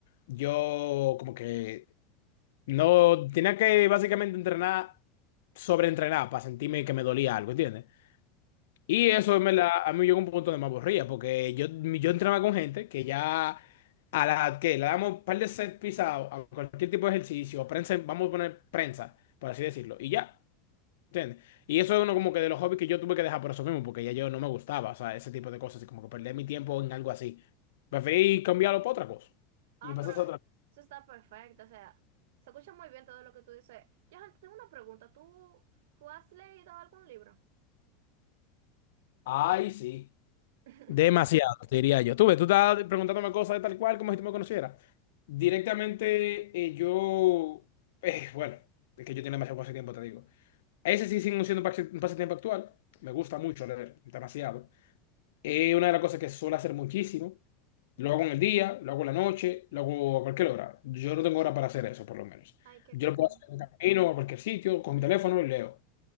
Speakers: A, on the left; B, on the right.
A: yo como que no tenía que básicamente entrenar, sobreentrenar para sentirme que me dolía algo, ¿entiendes? Y eso
B: Sí.
A: me la, a mí me llegó un punto de me aburría, porque yo, yo entraba con gente que ya a la que le damos un par de set pisados a cualquier tipo de ejercicio, prensa, vamos a poner prensa, por así decirlo, y ya, ¿entiendes? Y eso es uno como que de los hobbies que yo tuve que dejar por eso mismo, porque ya yo no me gustaba, o sea, ese tipo de cosas, y como que perder mi tiempo en algo así. Preferí cambiarlo por otra cosa.
B: Ah,
A: Y empezó
B: pero
A: a hacer otra.
B: eso está perfecto, o sea, se escucha muy bien todo lo que tú dices. Yo tengo una pregunta, ¿tú, tú has leído algún libro?
A: Ay, sí.
B: <laughs>
A: Demasiado, te diría yo. Tú ves, tú estás preguntándome cosas de tal cual como si tú me conocieras. Directamente, eh, yo. eh, bueno, es que yo tengo demasiado tiempo, te digo. Ese sí sigue siendo un pase- un pasatiempo actual. Me gusta mucho leer, demasiado. Es una de las cosas que suelo hacer muchísimo. Lo hago en el día, lo hago en la noche, lo hago a cualquier hora. Yo no tengo hora para hacer eso, por lo menos.
B: Ay, qué
A: Yo
B: cool.
A: lo puedo hacer en el camino, a cualquier sitio, con mi teléfono y leo.